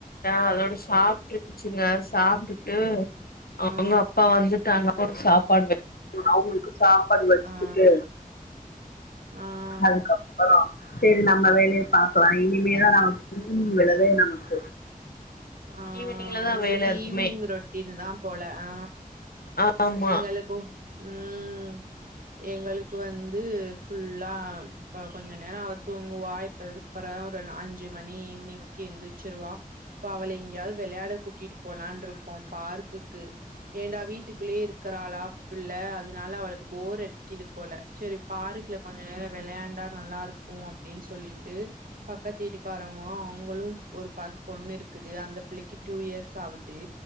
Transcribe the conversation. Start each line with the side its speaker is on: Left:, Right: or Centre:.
Left: டா அதோட சாப்ட்டுருச்சுங்க சாப்ட்டுட்டு அவங்க
Right: ஆ
Left: அப்பா வந்துட்டாங்க ஒரு சாப்பாடு வெ சாப்பாடு வச்
Right: ஆ
Left: டிட்டு
Right: ஆ
Left: அதுக்கப் செரி நம்ம வேல்ய பாக்கலா இனிமேதா நமக் <inaudible> தே நமக்கு
Right: ஆ
Left: ஈவினிங்ல தா
Right: உங்கள்க்கு
Left: வேல இருக்குமே
Right: ஈவ்னிங் ரொட் இருந்தா போல ஆ
Left: ஆமா
Right: எங்களுக்கு ம் எங்களுக்கு வந்து ஃபுல்லால் போ கொஞ்சம் நேர அவ தூங்குவா இப்பதுக் பரா ஒருன்னா அஞ்சு மணி ஈவ்னிங்க்கி எந்திச்சுருவா பா அவளை எங்யாவ் விளையாட கூட்டிட்டு போலான் ருக்கோ பார்குக்கு ஏன்டா வீட்டுக்குள்ளே இருக்குறாளாப் பிள்ள அதுனால அவளக் போர் அடிக்கிது போல ச்செரி பாருக்ல கொஞ்ச நேர விளையாண்டா நல்லாருக்கு அப்டின் சொல்லிட்டு பக்க தீட்டுக்காரங்கோ அவ்ங்களு ஒரு பாஸ் பொண்ணிர் க்குது அந்த பிள்ளைக்கி டூ இயர்ஸ் ஆவுது